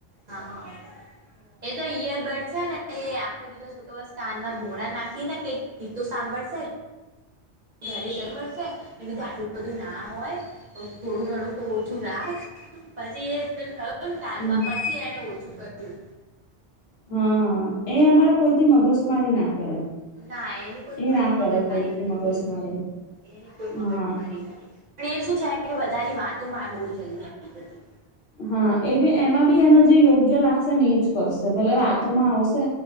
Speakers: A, on the right; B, on the left.
A: હા હ એ તો ઈયરબર્ડ છે, ને એ આખો દિવસ <unintelligible> બસ કાનના ભૂગણા નાખી ને કઈક ગીતો સાંભળશે ઘરે <unintelligible> પડશે મેં કીધુ આટલું બધુ ના હોય થોડુ ઘણુ ઓછુ રાખ પછી એ પેલું થયું ને કાનમાં
B: હમ
A: પછી એને ઓછું કર્યું
B: હા એ અમારે કોઈથી મગજમારી ના કરે
A: ના એની કોઈ
B: એ ના કરે
A: મગજમારી
B: કોઈ
A: નથી
B: થી મગજમારી
A: તો એની કોઈ મગજ
B: હા
A: મારી નથી પણ એ શું છે કે બધાની વાતોમાં બહુ જલ્દી આવી જતી
B: હા એ બી એમાં બી એના જે યોગ્ય લાગશે ની જ કરશે બલેબ વાતોમાં આવશે